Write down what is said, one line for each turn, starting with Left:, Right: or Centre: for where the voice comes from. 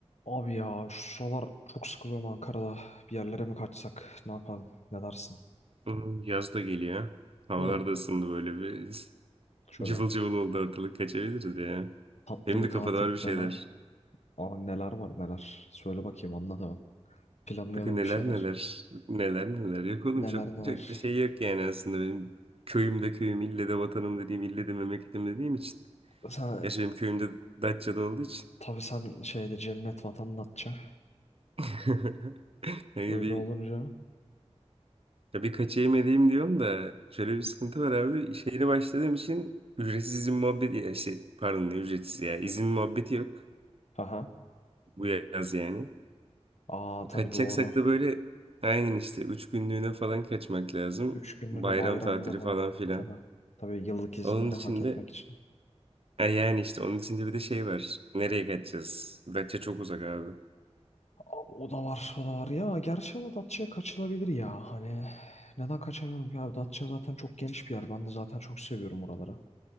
Left: Abi ya şu sıralar çok sıkılıyorum Ankara'da. Bir yerlere mi kaçsak? Ne yapalım? Ne dersin?
Right: Hmm, Yaz da geliyor. Havalar
Left: Hı.
Right: da ısındı böyle bir.
Left: Şöyle
Right: <laughs> Cıvıl cıvıl oldu ortalık kaçabiliriz ya.
Left: tatlı
Right: Benim
Left: bir
Right: de kafada
Left: tatil
Right: var
Left: planı.
Right: bir şeyler.
Left: Aa neler var neler. Söyle bakayım anlat hemen. Planlayalım
Right: Bakın neler
Left: bir şeyler.
Right: neler. Neler neler. Yok oğlum
Left: Neler
Right: çok,
Left: neler.
Right: çok da şey yok yani aslında benim köyümde köyüm, ille de vatanım dediğim, ille de memleketim dediğim için.
Left: Sen,
Right: Gerçi benim köyümde Datça'da olduğu için.
Left: tabii sen şeyde cennet vatandaşça.
Right: <laughs> Yani
Left: Öyle
Right: bir,
Left: olunca.
Right: ya bir kaçayım edeyim diyorum da şöyle bir sıkıntı var abi. İş yerine başladığım için ücretsiz izin muhabbeti ya işte pardon ne ücretsiz ya izin muhabbeti yok.
Left: Aha.
Right: bu yaz yani.
Left: Aa tabii
Right: Kaçacaksak
Left: doğru.
Right: da böyle aynen işte üç günlüğüne falan kaçmak lazım.
Left: Üç günlüğüne
Right: Bayram
Left: bayramda
Right: tatili
Left: falan.
Right: falan filan.
Left: Tabii. Tabii yıllık izinleri
Right: Onun için
Left: hak etmek
Right: de
Left: için.
Right: e yani işte onun içinde bir de şey var. Nereye kaçacağız? Datça çok uzak abi.
Left: Abi o da var, o da var. Ya gerçi ama Datça'ya kaçılabilir ya. Hani neden kaçamayalım ki abi? Datça zaten çok geniş bir yer. Ben de zaten çok seviyorum oraları.